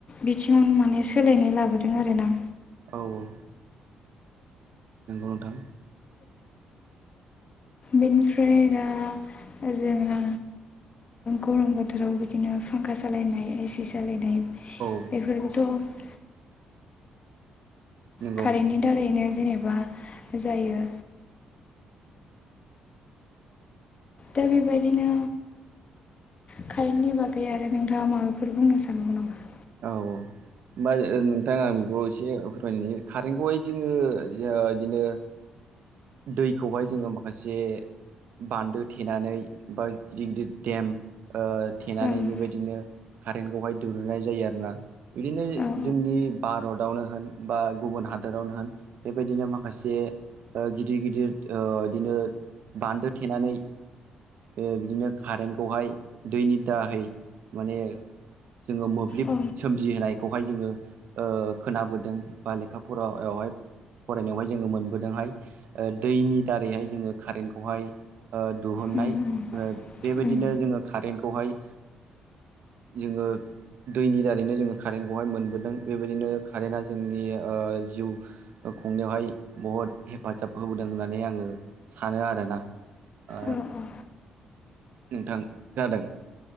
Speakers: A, on the left (about 45°); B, on the right (about 65°).
A: बिथिङाव माने सोलायनाय लाबोदों आरो ना।
B: औ औ नोंगौ नोंथां
A: बेनिफ्राय दा जोंहा गरम बोथोराव बिदिनो फांखा सालायनाय एसि सालायनाय
B: औ
A: एफोरबोथ'
B: नंगौ
A: कारेन्टनि दारैनो जेनेबा जायो। दा बेबायदिनो कारेन्टनि बागै आरो नोंथाङा माबाफोर बुंनो सानबावो नामा‌?
B: औ औ होमबा नोंथां आं बेखौ एसे फोरमायनो कारेन्टखौहाय जोङो बिदिनो दैखौहाय जोङो माखासे बान्दो थेनानै बा गिदि- गिदिर देम थेनानै
A: नामा
B: बेबायदिनो कारेन्टखौहाय दिहुननाय जायो आरोना। बिदिनो
A: ओं
B: जोंनि भारतावनो होन बा गुबुन हादोरावनो होन बेबायदिनो माखासे ओ गिदिर गिदिर ओ इदिनो बान्दो थेनानै बे बिदिनो कारेन्टखौहाय दैनि दाहै माने जोङो मोब ब्लिब
A: औ
B: सोमजिहोनायखौहाय जोङो ओ खोनाबोदों बा लेखा फरायावहाय फरायनायावहाय जोङो मोनबोदोंहाय दैनि दारैहाय जोङो कारेन्टखौहाय ओ दुहुननाय
A: उम उम
B: बेबायदिनो
A: उम
B: जोङो कारेन्टखौहाय जोङो दैनि दारैनो जोङो कारेन्टखौहाय मोनबोदों बेबायदिनो कारेन्टआ जोंनि ओ जिउ खुंनायावहाय बहुद हेफाजाब होबोदों होननानै आङो सानो आरोना ओ
A: औ औ
B: नोंथां खोनादों